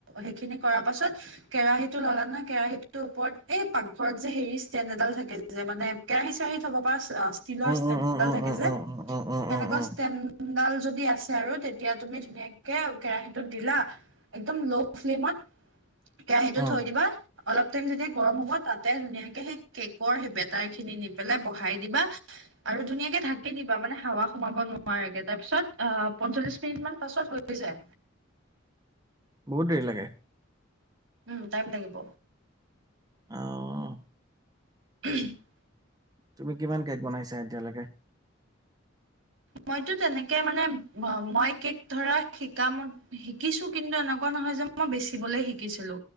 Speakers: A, on the right; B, on the right.
A: সেইখিনি কৰাৰ পাছত, কেৰাহীটো ল'লা ন' কেৰাহীটোৰ ওপৰত এই পাকঘৰত যে হেৰি ষ্টেণ্ড এ ডাল থাকে যে মানে কেৰাহী চেৰাহী থ'ব পাৰা ষ্টিলৰ
B: উম,
A: ষ্টেণ্ড
B: উম, উম,
A: ডাল
B: উম,
A: থাকে যে,
B: উম, উম, উম, উম,
A: সেনেকুৱা
B: উম, উম,
A: ডাল যদি আছে আৰু তেতিয়া তুমি ধুনীয়াকে কেৰাহীটোত দিলা একদম ল' ফ্লেমত, কেৰাহীটো
B: উম,
A: থৈ দিবা। অলপ টাইম যেতিয়া গৰম হ'ব তাতে ধুনীয়াকে সেই কেকৰ সেই বেটাৰ খিনি নি পেলাই বহাই দিবা। আৰু ধুনীয়াকে ঢাকি দিবা মানে হাৱা সোমাব নোৱা ৰাকে, তাৰপিছত পঞ্চল্লিশ মিনিট পাছত হৈ যায়।
B: বহুত দেৰি লাগে।
A: উম, টাইম লাগিব।
B: অ'।
A: <unintelligible>
B: তুমি কিমান কেক বনাইছা এতিয়ালৈকে? <inaudible>
A: মইতো তেনেকে মানে মই কেক ধৰা শিকাম শিকিছো কিন্তু এনেকুৱা নহয় যে মই বেচিবলে শিকিছিলো